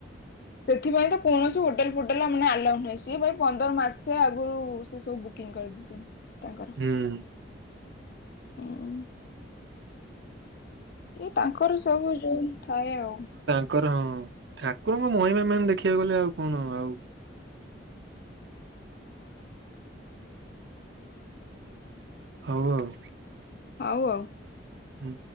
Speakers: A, on the left; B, on the right.
A: ସେଥିପାଇଁ ତ କୌଣସି ହୋଟେଲ ଫୋଟେଲା ମାନେ ଆଲାଉ ନାହିଁ ସିଏ ଭାଇ ପନ୍ଦର ମାସେ ଆଗୁରୁ। ସେ ସବୁ ବୁକିଂ କରିଦେଇଚନ୍ତି ତାଙ୍କର।
B: ହୁଁ।
A: ଉଁ ସେିଏ ପାଖରୁ ସବୁ ଯୋଉ ଥାଏ ଆଉ।
B: ଠାର ହଁ ଠାକୁରଙ୍କ ମହିମା ମାନେ ଦେଖିବାକୁ ଗଲେ ଆଉ କଣ ଆଉ?
A: ହଁ ବା।
B: ହଉ ଆଉ।
A: ଆଉ ଆଉ।
B: ହୁଁ।